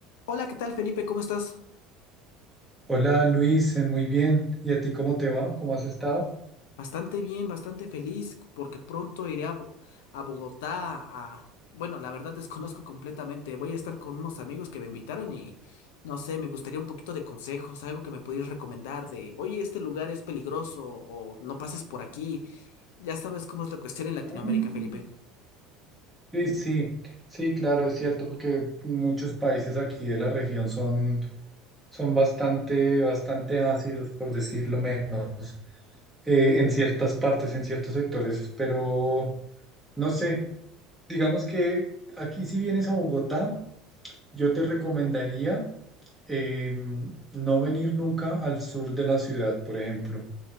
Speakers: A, on the left; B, in the centre.
A: Hola, ¿qué tal Felipe? ¿Cómo estás?
B: Hola Luis, eh, muy bien. ¿Y a ti cómo te va? ¿Cómo has estado?
A: Bastante bien, bastante feliz porque pronto iré a, Bo- a Bogotá a... Bueno, la verdad desconozco completamente. Voy a estar con unos amigos que me invitaron y no sé, me gustaría un poquito de consejos, algo que me pudieras recomendar de, oye, este lugar es peligroso o no pases por aquí. Ya sabes cómo es la cuestión en Latinoamérica,
B: Mm,
A: Felipe.
B: Sí, sí, sí, claro, es cierto, porque muchos países aquí de la región son, son bastante, bastante ácidos, por decirlo menos, eh, en ciertas partes, en ciertos sectores, pero no sé, digamos que aquí si vienes a Bogotá, yo te recomendaría em, no venir nunca al sur de la ciudad, por ejemplo.